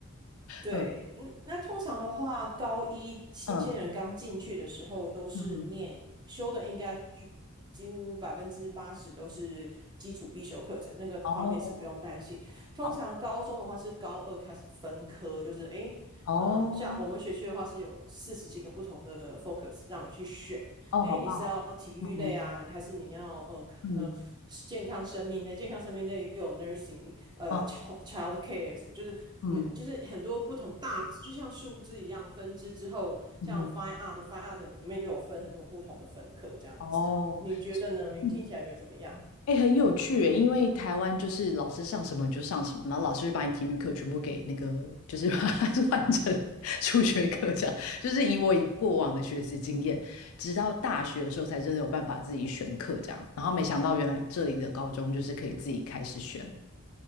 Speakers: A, on the right (about 20°); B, on the left (about 70°).
A: 对，
B: 嗯
A: 嗯那通常的话，高一新鲜人刚进去的时候都是念修的，
B: 嗯嗯嗯，
A: 应该就几乎百分之八十都是基础必修课程，那个方面是不用担心。
B: 哦
A: 通常高中的话是高二开始分科，
B: 好，
A: 就是诶，
B: 哦
A: 嗯，像我们学区的话是有四十几个不同的 focus 让你去选，
B: 哦，
A: 哎，
B: 好棒
A: 你是要体育类啊，
B: 哦，嗯
A: 还是你要呃呃健康生命类？
B: 嗯
A: 健康生命类又有 nursing，呃
B: 嗯
A: child child care 什么，就是每就是很多不同大，
B: 嗯
A: 就像树枝一样分支之后，
B: 嗯嗯，
A: 像 fine art fine art 里面又有分很多不同的分科这样子。
B: 哦，
A: 你觉得呢？你听起来觉得怎么样？
B: 嗯，哎，很有趣诶，因为台湾就是老师上什么你就上什么，然后老师就把你体育课全部给那个，就是把它 <laughs> 换成数学课这样，就是以我以过往的学习经验，直到大学的时候才真的有办法自己选课这样，然后没想到原来这里的高中就是可以自己开始选，